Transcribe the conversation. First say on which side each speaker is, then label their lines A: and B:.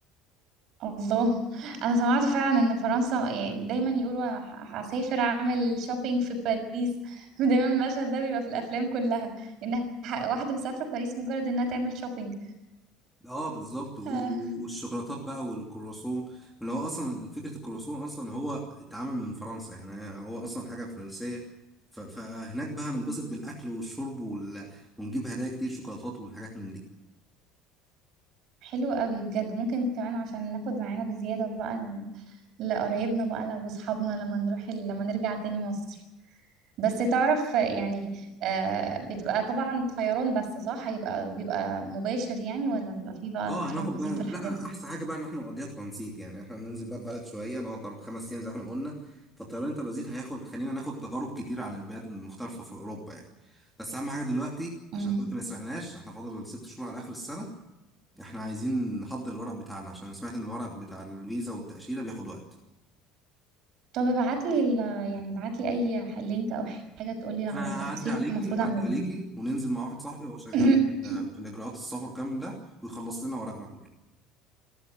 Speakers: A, on the right; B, in the centre.
A: الله انا سمعت فعلا ان فرنسا يعني دايما يقولوا انا ه- هسافر اعمل شوبينج في باريس <laughs> دايما المشهد ده بيبقى في الافلام كلها ان ح- واحده مسافره باريس مجرد انها تعمل شوبينج
B: اه بالظبط و- و-
A: آه،
B: والشوكولاتات بقى والكرواسون اللي هو اصلا فكرة الكرواسون اصلا هو اتعمل من فرنسا يعني هو اصلا حاجة فرنسية ف- فهناك بقى هننبسط بالاكل والشرب وال... ونجيب هدايا كتير شوكولاتات والحاجات من دي
A: حلو قوي بجد ممكن كمان عشان ناخد معانا بزياده بقى ل- لقرايبنا بقى لو اصحابنا لما نروح ال- لما نرجع تاني مصر بس تعرف يعني آه بتبقى طبعا طيران بس صح هيبقى بيبقى مباشر يعني ولا بيبقى فيه بقى
B: اه هناخد
A: ترانزيت
B: بقى
A: والحاجات
B: لا
A: دي
B: احسن حاجه بقى ان احنا نقضيها ترانزيت يعني احنا ننزل بقى بلد شويه نقعد اربع خمس ايام زي ما احنا قلنا فالطيران الترانزيت هياخد خلينا ناخد تجارب كتير عن البلاد المختلفه في اوروبا يعني بس اهم حاجه دلوقتي عشان
A: امم
B: دلوقتي ما سرقناش احنا فاضل ست شهور على اخر السنه احنا عايزين نحضر الورق بتاعنا عشان أنا سمعت ان الورق بتاع الفيزا والتاشيره بياخد وقت
A: طب ابعت لي ال... يعني ابعت لي اي ح- لينك او حاجه تقول لي على
B: انا
A: التفاصيل
B: هعدي عليكي
A: المفروض اعملها
B: هعدي عليكي وننزل مع واحد صاحبي هو شغال
A: <coughs>
B: في في الاجراءات السفر كامل ده ويخلص لنا ورقنا كله